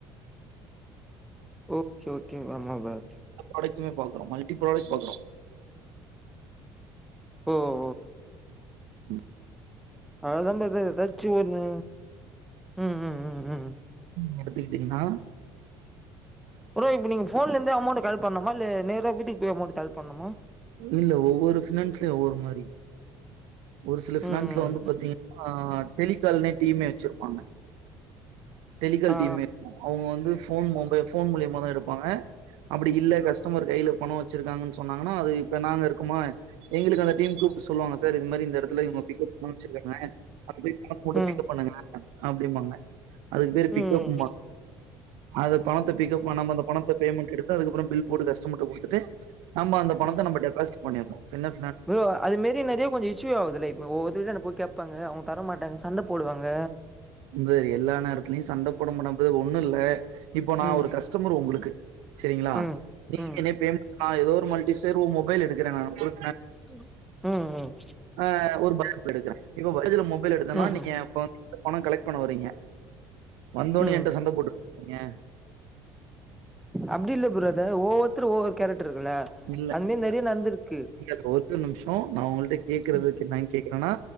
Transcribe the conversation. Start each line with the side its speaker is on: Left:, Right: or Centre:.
Centre: ஓகே ஓகே ஆமா பிரதர்
Right: ப்ராடக்டுமே பாக்குறோ மல்டி ப்ராடக்ட் பாக்குறோ
Centre: ஓ ஓ
Right: ம்
Centre: அவ்ளோதா பிரதர் எதச்சு ஒன்னு ம் ம் ம் ம்
Right: நடத்துக்கிட்டீங்கன்னா
Centre: ப்ரோ இப்ப நீங்க போன்ல இருந்தே அமௌண்ட் காலேட் பண்ணுமா இல்ல நேர வீட்டுக்கு போய் அமௌண்ட் காலேட் பண்ணுமா
Right: இல்ல ஒவ்வொரு பினான்ஸ்லயு ஒவ்வொரு மாரி ஒரு சில பினான்ஸ்ல
Centre: ம்
Right: வந்து பாத்தீங்க ஆஹ் டெலிகால்னே டீமே வச்சிருப்பாங்க டெலிகால்
Centre: ஆ
Right: டீம்மே அவுங்க வந்து போன் போன் மூலிமா தா எடுப்பாங்க அப்டி இல்ல கஸ்டமர் கையில பணம் வச்சிருக்காங்கன்னு சொன்னாங்கன்னா அது இப்ப நாங்க இருக்கோ <unintelligible> எங்களுக்கு அந்த டீம் கூப்பிட்டு சொல்லுவங்க சார் இது மாரி இந்த இடத்துல இவங்க பிக்கப் அனுப்சுருககாங்க <unintelligible> மட்ட
Centre: ம்
Right: பிக்கப் பண்ணுங்க அப்டிம்பாங்க அதுக்கு பேரு
Centre: ம்
Right: பிக்கப் பான்ங்க அது பணத்தை பிக்கப் பண்ணா மா நம்ம அந்த பணத்தை பேமெண்ட் எடுத்து அதுக்கப்புறோ பில் போட்டு கஸ்டமர் கிட்ட குடுத்துட்டு நம்ம அந்த பணத்தை
Centre: ம்
Right: நம்ம டெபாசிட் பன்னிரணு பின்
Centre: ப்ரோ அது மாரி நிறைய கொஞ்சோ ஸ் இஷயூ ஆகுதுல இதே தா கேட்பாங்க அவங்க தர மாட்டாங்க சண்ட போடுவாங்க
Right: இங்காரு எல்லா நேரத்துலயு சண்ட போட மாடது ஒண்ணு இல்ல இப்போ நா
Centre: ம்
Right: ஒரு கஸ்டமர் உங்களுக்கு சரிங்களா
Centre: ம்
Right: நீ
Centre: ம்
Right: என் பே நா ஏதோ ஒரு மல்டிபர்ஓ மொபைல் எடுக்கிறே நா ஒரு
Centre: ம் ம்
Right: ஆஹ் ஒரு பய எடுக்கறே இப்ப மொபைல் எடுத்தன்னா
Centre: ம்
Right: நீங்க
Centre: ம்
Right: <unintelligible> பணம் கலெக்ட் பண்ண வரீங்க வந்தோடன்னே
Centre: ம்
Right: என்ட சண்ட போற்றிங்க
Centre: அப்டி இல்ல பிரதர் ஒவ்வொருத்தரு ஒவ்வொரு கேரக்டர் இருக்குல்ல
Right: இல்ல
Centre: அது மாரி
Right: இல்ல
Centre: நெறைய நடந்திருக்கு
Right: இல்ல ப்ரோ ஓரு நிமிஷம் நா உங்களிட்ட கேகறக்கு
Centre: ம்
Right: என்னு கேக்குறேன்னா